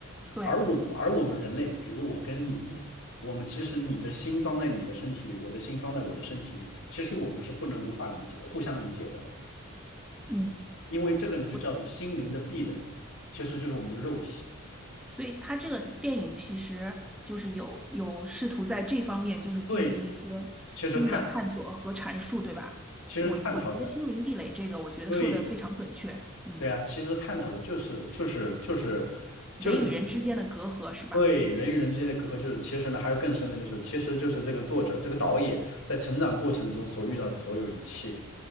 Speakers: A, in the centre; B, on the left.
A: 对，
B: 而我而我们人类，比如我跟你，我们其实你的心装在你的身体里，我的心装在我的身体里，其实我们是不能无法理解互相理解的，
A: 嗯。
B: 因为这个呢就叫做心灵的壁垒，
A: 我。
B: 其实就是我们的肉体。
A: 所以他这个电影其实就是有有试图在这方面就是进行一些
B: 对，其实探
A: 新的探索和阐述，对吧？
B: 其实探讨的。
A: 我我觉得心灵壁垒这个，我觉得说的非常准确。
B: 对，
A: 嗯，
B: 对啊，其实探讨的就是就是就是就是
A: 人与人之间的隔阂是吧？
B: 对人与人之间的隔阂，就是其实呢还有更深的，就是其实就是这个作者这个导演在成长过程中所遇到的所有一切，